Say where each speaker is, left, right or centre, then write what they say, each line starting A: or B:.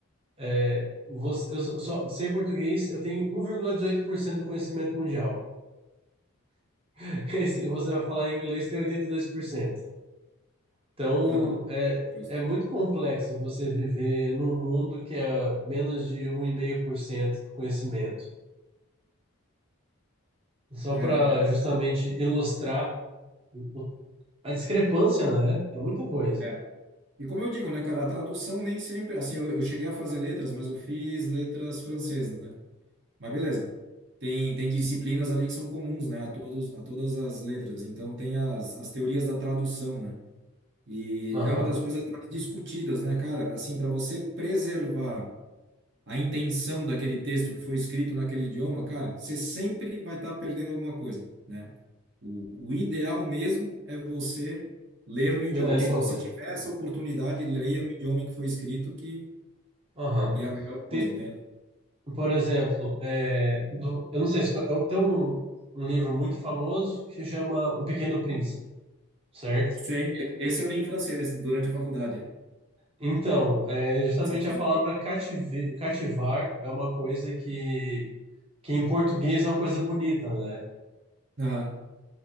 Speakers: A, on the right (about 25°); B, on the right (about 55°).
A: é, você, eu só só sei português, eu tenho 1,18% do conhecimento mundial. <laughs> Aí, se Você vai falar em inglês, tem 82%. Então,
B: Ah, não.
A: é,
B: Justo.
A: é muito complexo você viver num mundo que é menos de um vírgula cinco por cento do conhecimento. Só
B: É,
A: para
B: não.
A: justamente ilustrar o- o- a discrepância, né? É muita coisa.
B: É. E como eu digo, né, cara, a tradução nem sempre. Assim, eu, eu cheguei a fazer letras, mas eu fiz letras francesas, né? Mas beleza. Tem, tem disciplinas ali que são comuns, né, a todos, a todas as letras. Então, tem as, as teorias da tradução, né? E
A: Aham.
B: é uma das coisas mais discutidas, né, cara? Assim, para você preservar. a intenção daquele texto que foi escrito naquele idioma, cara, você sempre vai estar perdendo alguma coisa, né? O, o ideal mesmo é você ler no idioma.
A: É Na
B: Se
A: língua
B: você
A: mãe.
B: tiver essa oportunidade, leia no idioma em que foi escrito, que,
A: Aham.
B: que é a melhor coisa,
A: Tem-
B: entende?
A: por exemplo, é, do- eu não sei se... co- eu- Tem um, um livro muito famoso que se chama O Pequeno Príncipe, certo?
B: Sim. Esse eu li em francês durante a faculdade.
A: Então, é, justamente
B: Saint-Exupéry.
A: a palavra cative- cativar é uma coisa que que em português é uma coisa bonita, né?
B: Aham.